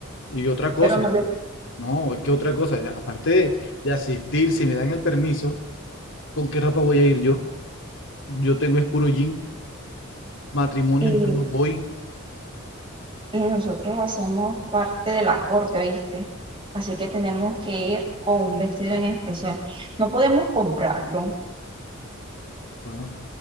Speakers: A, on the left (about 65°); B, on the right (about 25°).
A: Y otra cosa,
B: Pero no le-
A: no, es que otra cosa, ya, aparte de, de asistir, si me dan el permiso, ¿con qué ropa voy a ir yo? Yo tengo es puro jean, matrimonio
B: y,
A: yo no voy.
B: y nosotros hacemos parte de la corte, ¿oíste? Así que tenemos que ir con un vestido en especial. No podemos comprarlo.
A: Bueno,